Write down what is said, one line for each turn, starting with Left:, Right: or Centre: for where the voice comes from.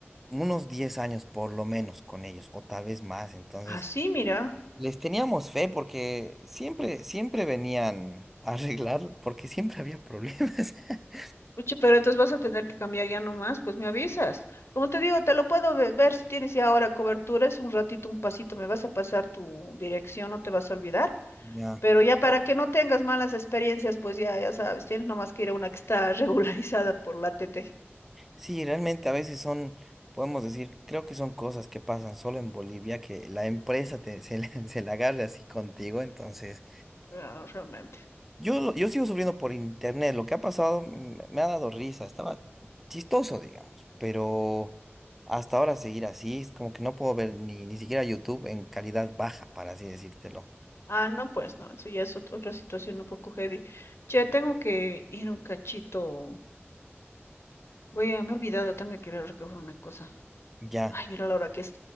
Centre: unos 10 años por lo menos con ellos, o tal vez más. Entonces,
Left: Así, mira.
Centre: Les teníamos fe porque siempre, siempre venían a arreglar, porque siempre había problemas. <laughs>
Left: Pucha, pero entonces vas a tener que cambiar ya nomás, pues me avisas. Como te digo, te lo puedo ve- ver si tienes ya ahora cobertura, es un ratito, un pasito, me vas a pasar tu dirección, no te vas a olvidar,
Centre: Ya.
Left: pero ya para que no tengas malas experiencias, pues ya, ya sabes, tienes nomás que ir a una que está <laughs> regularizada por la TT.
Centre: Sí, realmente a veces son, podemos decir, creo que son cosas que pasan solo en Bolivia, que la empresa te, se, la- <laughs> se la agarre así contigo, entonces...
Left: Ah, realmente.
Centre: Yo, lo- yo sigo sufriendo por internet. Lo que ha pasado me, me ha dado risa. Estaba chistoso, digamos. Pero hasta ahora seguir así es como que no puedo ver ni, ni siquiera YouTube en calidad baja, para así decírtelo.
Left: Ah, no, pues no, eso ya es ot- otra situación un poco heavy. Che, tengo que ir un cachito. Voy a, me he olvidado, tengo que ir a recoger una cosa.
Centre: Ya.
Left: Ay, mira la hora que es.